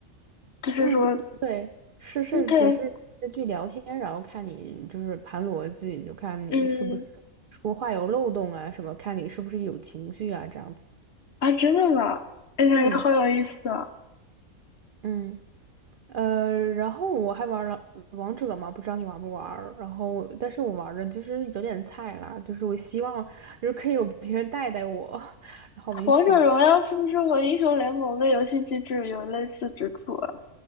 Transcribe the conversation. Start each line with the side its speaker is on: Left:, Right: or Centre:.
Left: 就是说
Right: 嗯，对，是是，
Left: ，OK，
Right: 只是根据聊天，然后看你就是盘逻辑，就看你是不是说话有漏洞啊什么，
Left: 嗯，
Right: 看你是不是有情绪啊这样子。
Left: 啊，真的吗？哎，感觉好有意思啊！
Right: 嗯嗯。呃，然后我还玩了王者嘛，不知道你玩不玩儿？然后，但是我玩的就是有点菜啦，就是我希望就是可以有别人带带我，<laughs> 然后我们一起玩儿。
Left: 王者荣耀是不是和英雄联盟的游戏机制有类似之处啊？